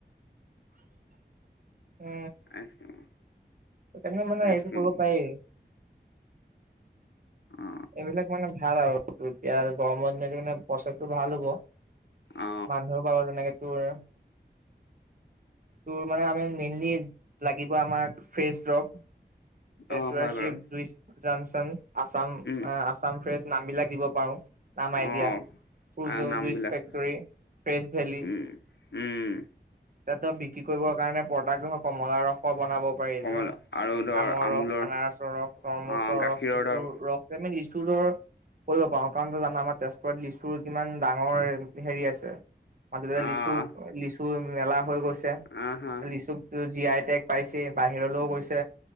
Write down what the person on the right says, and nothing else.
<unintelligible> এ‌
তেনেকে মানে
এইটো কয়িব পায়ি।
এইবিলাক মানে ভাল আৰু এতিয়া গৰমৰ দিন তমানে প্ৰচেছটো ভাল হ'ব।
মানুহও পাব যেনেকে তোৰ। তোৰ মানে আমি মেইনলি লাগিব আমাক ফ্ৰেছ দ্ৰৱ। এচ
ৱাই
চিভ
জুইচ জনচন আছাম
আচামফ্ৰেচ নামবিলাক দিব পায়ো। নামাই
দিয়া ফ্ৰুজ
জুইচ ফেক্টৰী ফ্ৰেছ ভেলি।
এট বিক্ৰী কৰিবৰ কাৰণে প্ৰডাক্টদখ কমলা ৰস বনাব পাৰি
দ।
আমৰ
ৰস, আনাৰসৰ ৰস, তৰমুচ
ৰস, লিচুৰ
ৰস তেমিনিজ। চু দৰ কৰিব পাৱো কাৰণতো জানা আমাৰ তেজপুৱত লিচুৰ কিমান ডাঙৰ হেৰি আছে। মাদতেৰে
লিচু লিচু মেলা হৈ গৈছে।
লিচুকটো জি আই টেক পাইছেই বাহিৰলও গৈছে